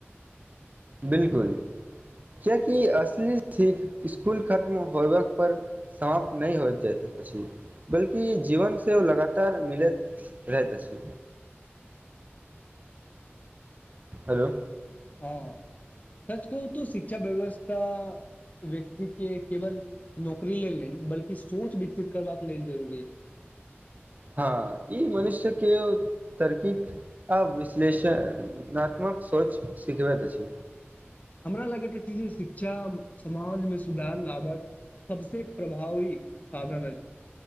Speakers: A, on the right; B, on the left.
A: बिल्कूल कियाकि असल सँ स्कूल खत्म होब पर समाप्त नै होइत अछि बल्कि जीवन से हो लगातार मिलैत रहैत अछि हलो
B: आँ, सच कहू त शिक्षा व्यवस्था व्यक्ति के केवल नौकरी लेल नहि बल्कि सोच विकसित करबाक लेल जरूरी अछि
A: हँ ई मनुष्य के तरकी आ विश्लेषणात्मक सोच सिखबैत अछि
B: हमरा लगैत अछि जे शिक्षा समाजमे सुधार लाबत सबस प्रभाव साधण अछि